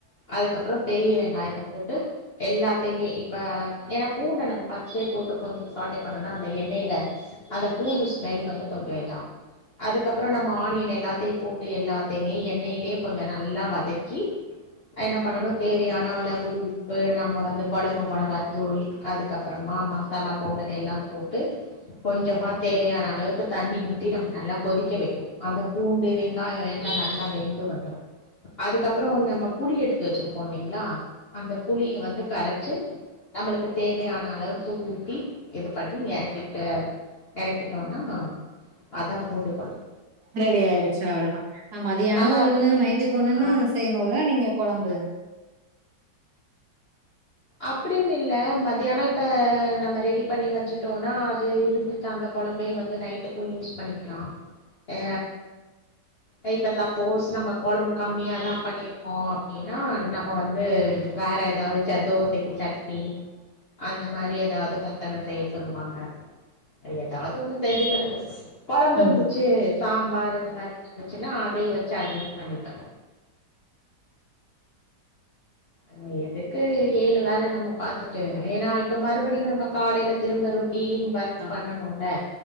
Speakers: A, on the left; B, on the right.
A: அதுக்கப்றோ பெரிய வெங்காயத்த போட்டு எல்லாத்தையுமே இப்ப ஏன்னா பூண்ட நம்ம பஸ்ட்டே போட்டு கொஞ்சோ சாட்டே பண்ணேனா அந்த எண்ணெய்ல அந்த பூண்டு ஸ்மெல் வந்து கொஞ்சோ இதா அதுக்கப்றோ நம்ம ஆனியன் எல்லாத்தையும் போட்டு எல்லாத்தையுமே எண்ணெய்யிலே கொஞ்சோ நல்லா வதக்கி என்ன பண்ணணு தேவையான அளவு உப்பு நம்ம வந்து கொழம்பு மொளகாத்தூள் அதுக்கப்றமா மசாலா பவுடர் எல்லா போட்டு கொஞ்சமா தேவையான அளவுக்கு தண்ணி ஊத்தி நம்ம நல்லா கொதிக்க வக்கணு அந்த பூண்டு வெ ங்காயோ எல்லா நல்லா வெந்து வந்து அதுக்கப் புறம் நம்ம புளி எடுத்து வச்சிருக்கோ இல்லைங்களா அந்த புளிய வந்து கரைச்சு நம்மளுக்கு தேவையான அளவுக்கு ஊத்தி இது பட்டி எறக்கிட்ட எறக்கிட்டோனா அதா பூண்டு கொழம்
B: ரெடி ஆயிடுச்சு அவ்வளவுதா அ மதியானோ
A: நல்லா
B: ஒண்ணு
A: இருக்கு
B: நைட்டுக்கு ஒண்ணுன்னு
A: ஆ
B: செய்யணுல நீங்க கொழம்பு
A: அப்டின்னு இல்ல மத்தியான இப்ப நம்ம ரெடி பண்ணி வச்சுட்டோம்னா அது இருந்து அந்த கொழம்பைய வந்து நைட்டுக்கும் யூஸ் பண்ணிக்கலா அ கை க சப்போஸ் நம்ம கொழம்பு கம்மியாக தா பண்ணியிருக்கோ அப்டின்னா நம்ம வந்து வேற ஏதாவது ச க்கு சட்னி அந்த மாரி ஏதாவது பசங்க செய்ய சொல்லுவாங்க ஏதாவது ஒண்ணு செஞ்சுக்கிறது கொழம்பு இருந்துச்சு
B: ம்
A: சாம்பார் இந்த மாரி இருந்துச்சுன்னா அதே வச்சு அட்ஜஸ் பண்ணிப்பே அ எதுக்கு ஏழு வேலை நம்ம பாத்துட்டு ஏன்னா இப்ப மறுபடியு நம்ம காலையில திரும்ப ரொட்டீன் ஒர்க்
B: தா
A: பண்ணனுல